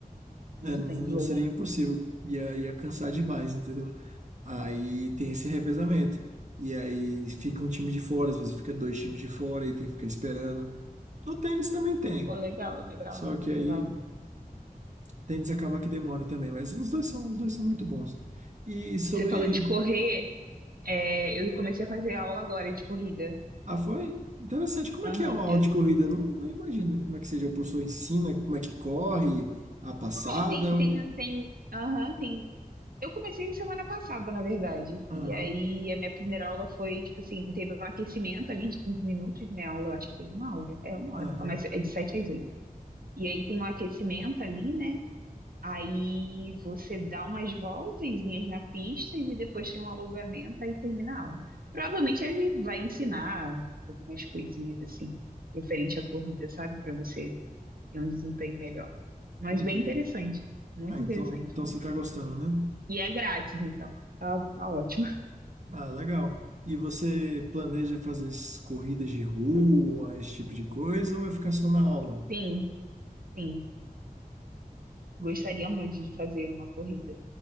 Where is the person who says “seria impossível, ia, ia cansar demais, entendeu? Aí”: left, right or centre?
Right